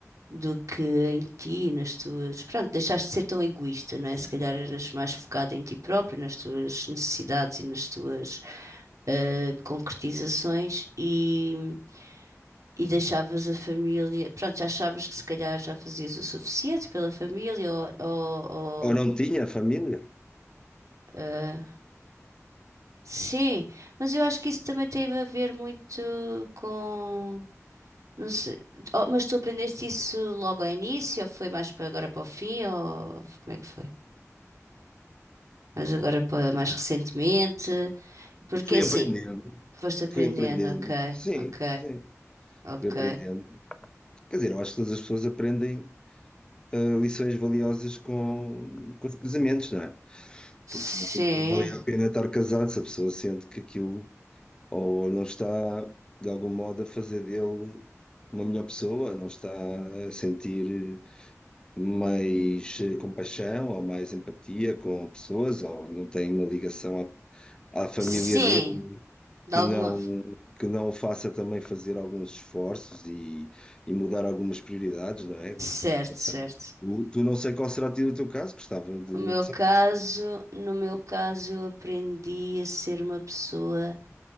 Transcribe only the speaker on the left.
Ou não tinha família?
Fui
aprendendo,
fui aprendendo,
sim,
sim,
fui aprendendo. Quer dizer, eu acho que todas as pessoas aprendem ah, lições valiosas com, com os casamentos, não é?
Porque senão também não valia a pena estar casado se a pessoa sente que aquilo ou não está, de algum modo, a fazer dele uma melhor pessoa, não está a sentir mais eh, compaixão ou mais empatia com pessoas, ou não tem uma ligação à, à família
dele
que
não. Que não o faça também fazer alguns esforços e, e mudar algumas prioridades, não é?
Não sei.
Tu, tu não sei qual será o teu caso, gostava de,
de
saber.